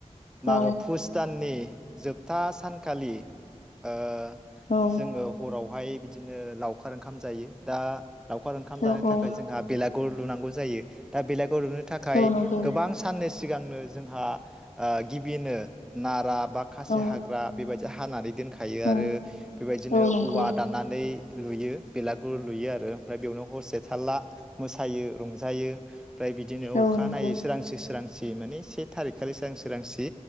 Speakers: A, in the centre; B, on the left.
A: मागो
B: औ
A: फुस दाननि। जोबथा सानखालि ओ।
B: औ
A: जोङो हराव। बेवहाय बिदिनो लावखार ओंखाम जायो दा लावखार ओंखाम
B: औ
A: जानाय।
B: औ
A: थाखाय जोंहा बेलागु। गुर लुनांगौ जायो दा बेलागु। गुर लुनो थाखाय
B: औ नंगौ
A: गोबां साननि सिगांनो। जोंहा गिबिनो नारा। बा खासे
B: औ
A: हाग्रा बेबायदि। हानानै दोन। खायो
B: औ
A: आरो बेबायदिनो
B: औ नंगौ
A: औवा दानानानै।
B: औ
A: लुयो बेलागुर लुयो आरो ओमफ्राय बेयावनो हर। थाला मोसा। मोसायो रंजायो। ओमफ्राय बिदिनो
B: औ
A: अखा
B: नंगौ
A: नायै सोरां सि। सोरांसि माने से थारिखखालि सोरां-सोरांसि।